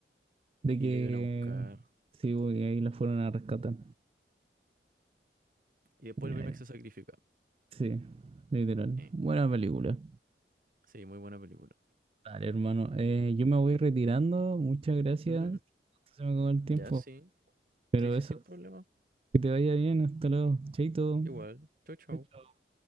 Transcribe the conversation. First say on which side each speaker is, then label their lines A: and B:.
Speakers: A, on the right; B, on the right.
A: de
B: Y
A: que,
B: le iban a buscar.
A: sí, bo, y ahí la fueron a rescatar.
B: Y después
A: Ya,
B: el Baymax
A: eh,
B: se sacrifica.
A: Sí, literal.
B: Eh,
A: Buena película.
B: sí, muy buena película.
A: Dale, hermano. Eh, yo me voy retirando. Muchas gracias.
B: Mm,
A: Se me acabó el tiempo.
B: ya, sí.
A: Pero
B: Sí, sí,
A: eso,
B: sin problema.
A: que te vaya bien. Hasta luego. Chaito.
B: Igual. Chau, chau.
A: Chao, chao.